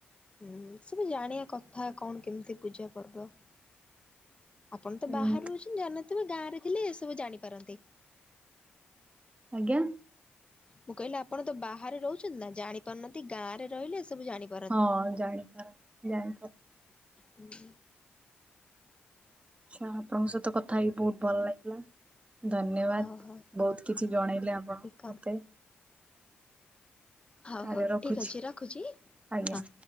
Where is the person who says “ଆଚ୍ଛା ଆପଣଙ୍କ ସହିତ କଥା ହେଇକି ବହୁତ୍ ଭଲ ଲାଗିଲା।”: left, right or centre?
Right